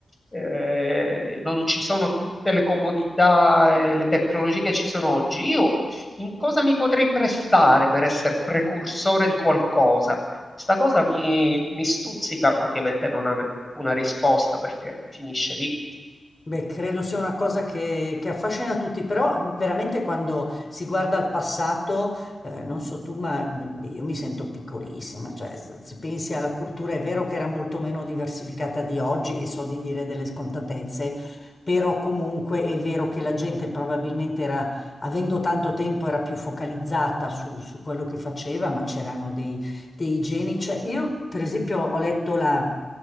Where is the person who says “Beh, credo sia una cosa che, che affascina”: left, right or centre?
Left